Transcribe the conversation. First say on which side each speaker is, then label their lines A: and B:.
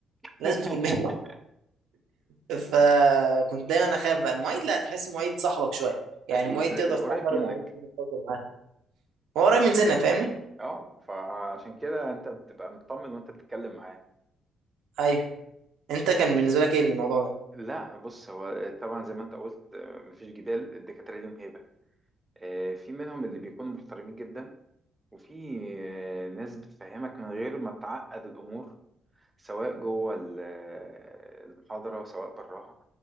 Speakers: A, on the right; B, on the right.
A: لازم
B: <laughs>
A: تكون بنت فكنت دايما اخاف بقى المعيد لا تحس المعيد صاحبك شويه يعني
B: اكيد
A: المعيد
B: ل-
A: تقدر تعترض
B: قريب منك
A: عليه تقدر تهزر معاه هو قريب من سنك فاهمني
B: اه فعشان كده انت بتبقى مطمن وانت بتتكلم معاه
A: ايوه انت كان بالنسبه لك ايه الموضوع ده
B: لا بص هو طبعا زي ما انت قلت آه، مفيش جدال الدكاترة ليهم هيبة آه، في منهم اللي بيكونوا محترمين جدا وفي آه، ناس بتفهمك من غير ما تعقد الامور سواء جوه ال- آه، المحاضرة وسواء براها